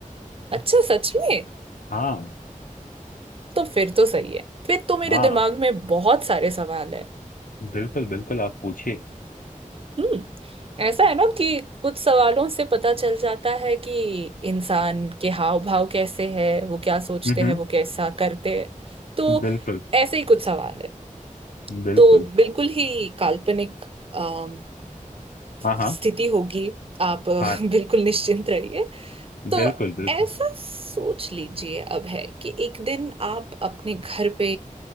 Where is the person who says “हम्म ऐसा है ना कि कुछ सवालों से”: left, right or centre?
Right